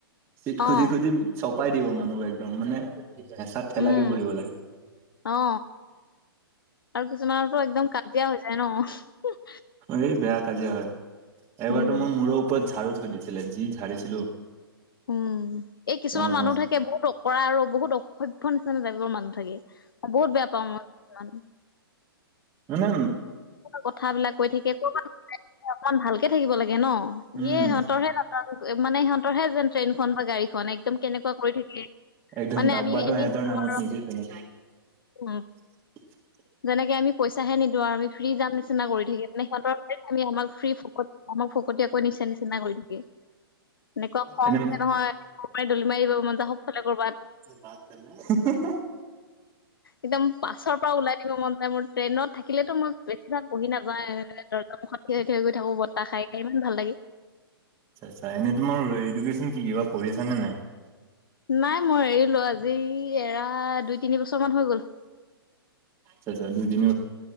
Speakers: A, on the right (about 20°); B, on the left (about 60°).
A: চিট
B: অ
A: খুজি খুজি চব পাই দিব মানুহ একদম মানে হেঁচাত ঠেলাকে
B: উম
A: বহিব লাগে
B: অ আৰু কিছুমানতো একদম কাজিয়া হৈ যায় ন
A: এই বেয়া কাজীয়া হয় এবাৰতটো
B: উম
A: মোৰ মূৰৰ ওপৰত ঝাৰু থৈ দিছিলে যি ঝাৰিছিলো
B: উম এই কিছুমান
A: অ',
B: মানুহ থাকে বহুত অকৰা আৰু বহুত অসভ্য নিচিনা তাইপৰ মানুহ থাকে অ বহুত বেয়া পাওঁ মই
A: উম
B: কথ বিলাক কৈ থাকে কৰবাত অকমান ভাল থাকিব লাগে ন
A: উম,
B: ই সিহঁতৰে ন মানে সিহঁতৰহে যেন্ৰেইন খ বা গাড়ীখন একদম কেনেকুৱা কৰি থাকে
A: একদম
B: মানে
A: ডাব্বাটো
B: আমি এনেই
A: সিহঁতৰ
B: যাম
A: নামত
B: আৰু
A: নেকি তেনেকে
B: অ
A: <inaudible>
B: যেনেকে আমি পইচাহে নিদিওঁ আৰু আমি ফ্ৰী যাম নিচিনা কৰি থাকি মানে সিহঁতৰ আমি আমাক ফ্ৰী ফ আমাক ফকতীয়াকৈ নিচা নিচিনা কৰিল থাকি এনেকুৱা খংহে
A: এনে
B: নহয় খ ম দলি মাৰি দিব মন যায় সবফালে কৰ'ৰবাত
A: বাত কৰ ন <inaudible>
B: একদম পাছৰ পৰা ওলাই দিব মন যায় মোৰ ট্ৰেইনত থিলে মই বেছিভাগ বহি নাযাওঁ দৰ্জ মুুখত থিয় থ হৈ গৈ থাকো ব্ত খাই ইমান ভাল লাগে
A: আচ্ছা আচ্ছা এনেই তোমাৰ এডুকেশচন কি কি বাা পঢ়িছা নে নাই
B: নাই মই এৰিলো আজি এৰা দুই তিনি বছৰ মান হৈ গল
A: আচ <inaudible> আচ্ছা তিনি